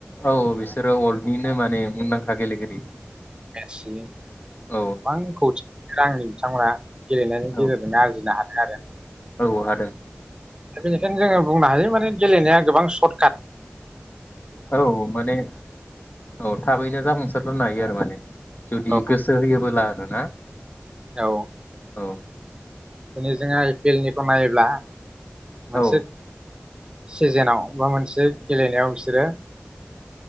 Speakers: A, on the left; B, on the right.
A: औ बिसोरो वल्डनिनो माने मुंदां खा गेलेगिरि।
B: एक्सिलेन्ड।
A: औ
B: आं कौटि सांनि बिथांमोना गेलेनायनि
A: औ
B: गेजेरजों आरजिनो हायो आरो
A: औ हादों
B: दा बेनिखायनो जोङो बुंनो हायो माने गेलेनाया गोबां सर्टकाट
A: औ माने औ थाबैनो जाफुंसार जानो हायो आरो माने जुदि
B: औ
A: गोसो होयोबोला नंगौना
B: औ
A: औ
B: दिनै जों आइ पि एल नि नायोब्ला मोनानसे
A: औ
B: सिजोनाव बा मोनसे गेलेनायाव बिसोरो